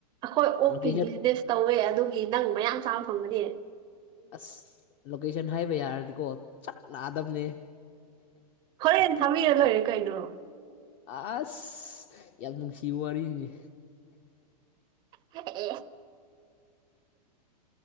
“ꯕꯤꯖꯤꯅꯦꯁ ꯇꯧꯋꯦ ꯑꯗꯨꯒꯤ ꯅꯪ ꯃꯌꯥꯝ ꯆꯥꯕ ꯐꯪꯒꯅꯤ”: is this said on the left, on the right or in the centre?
Right